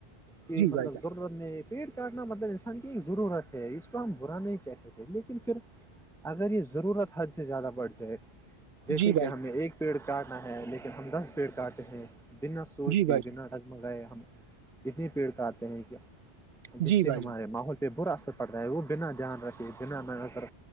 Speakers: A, in the centre; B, on the right.
A: کی
B: جی
A: مطلب
B: بھائی جان
A: ضرورت نہیں پیٹ کاٹنا مطلب انسان کی ایک ضرورت ہے اس کو ہم برا نہیں کہہ سکتے لیکن پھر اگر یہ ضرورت حد سے زیادہ بڑھ جائے جیسے
B: جی
A: کہ
B: بھائی
A: ہمیں
B: جان
A: ایک پیڑ کاٹنا ہے لیکن ہم دس پیڑ کاٹتے ہیں بنا سوچ
B: جی
A: کے
B: بھائی
A: بنا
B: جان
A: ڈگمگائے ہم اتنے پیڑ کاٹتے ہیں کہ جس
B: جی
A: سے
B: بھائی
A: ہمارے
B: جان
A: ماحول پہ برا اثر پڑتا ہے وہ بنا دھیان رکھے بنا ن نظر